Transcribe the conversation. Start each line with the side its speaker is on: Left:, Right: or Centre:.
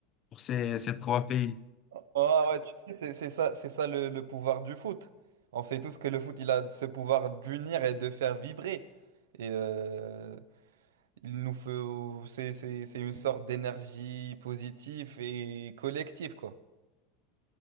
Left: pour ces, ces trois pays.
Right: oh, ah ouais, tu sais, c'est c'est ça, c'est ça le, le pouvoir du foot. On sait tous que le foot, il a ce pouvoir d'unir et de faire vibrer. Et euh, il nous faut, c'est c'est- c'est une sorte d'énergie positive et collective, quoi.